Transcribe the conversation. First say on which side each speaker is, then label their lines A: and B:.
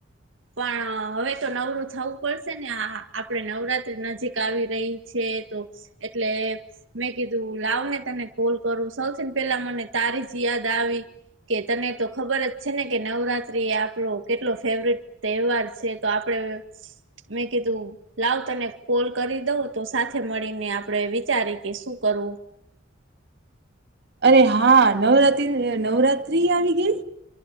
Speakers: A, on the right; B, on the right.
A: પણ હવે, તો નવરું થવું પડશે ને આ આપડે નવરાત્રી નજીક આવી રહી. છે, તો એટલે. મેં કીધું લાવ, ને તને કોલ કરું સૌથીને પેલા મને તારી જ યાદ આવી. કે તને તો ખબર જ છેને, કે નવરાત્રી એ આપણો કેટલો ફેવરટ તહેવાર છે, તો આપડ. યસ. મેં કીધું લાવ, તને કોલ કરી દઉં તો સાથે મળીને આપડે વિચારી. તે શું કરું.
B: અરે, હા નવરાત્રી નવરાત્ર્રી આવી ગઈ.